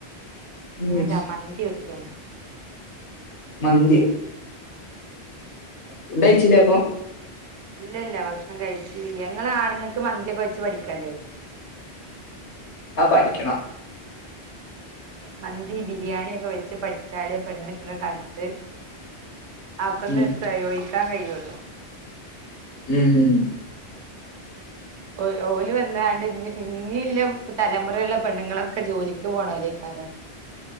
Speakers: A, on the left (about 80°); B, on the right (about 85°).
A: ഉം,
B: ഞാൻതാ മന്തി വെക്കാണ്
A: മന്തിയോ
B: ആഹ്
A: ഫുഡ്‌ കഴിച്ചില്ലേ അപ്പൊ
B: ഇല്ലില്ല ഭക്ഷണം കഴിച്ചില്ല നിങ്ങള് ആണുങ്ങക്ക് മന്തിയൊക്കെ വെച്ച് പഠിക്കണ്ടേ
A: ആഹ് പഠിക്കണം
B: മന്തി ബിരിയാണിയൊക്കെ വെച്ച് പഠിച്ചാലേ പെണ്ണെട്ടണ കാലത്ത് ആക്കൊന്ന്
A: ഉം,
B: ഇഷ്ടായി ഒയിക്കാൻ കയൊള്ളൂ
A: ഉം
B: ഓയ് ഓല് വന്നാണ്ട് ഇഞ്ഞി ഇഞ്ഞില്ല തലമുറലെള്ള പെണ്ണുങ്ങളൊക്കെ ജോലിക്ക് പോണോലേക്കാരം